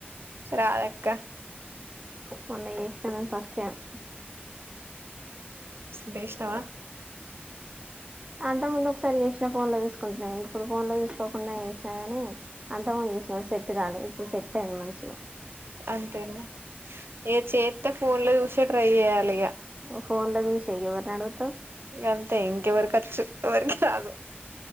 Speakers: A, on the right; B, on the right.
A: రాదక్క
B: మొన్న చేసిన నిన్ ఫస్ట్ టైమ్
A: లేశినవ
B: ఆ అంత ముందు ఒకసారి చేసినా ఫోన్ లో తీసుకుంటనే ఇప్పుడు ఫోన్ లో తీూసుకోకుండా చేసినా కని అంత ముందు శిన సేట్ కాలే ఇప్పుడు సెట్ అయింది మంచిగ
A: అంతేనా ఏ చేత్తె ఫోన్ ల చూసే ట్రై చేయాలిగా
B: ఓ ఫోన్ల చూసే ఎవరిని అడుగుతావ్
A: గంతే ఇంకెవరికోచ్చు ఎవరికి రాదు